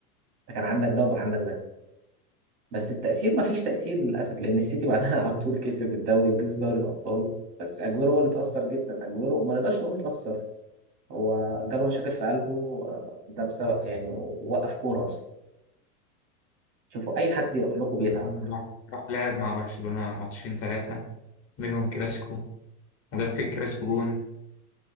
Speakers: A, on the right (about 85°); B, on the left (about 30°).
A: انت كان عندك ده وبقى عندك ده بس التأثير ما فيش تأثير للأسف لأن السيتي بعدها <laughs> على طول كسب الدوري وكسب دوري الأبطال بس أجويرو هو اللي اتأثر جدا أجويرو ما نقدرش نقول اتأثر هو جاله مشاكل في قلبه آه، ده بسبب يعني وقف كورة أصلا شوفوا أي حد يروح لكم بيتعب
B: راح راح لعب مع برشلونة ماتشين ثلاثة منهم كلاسيكو وجاب في الكلاسيكو جون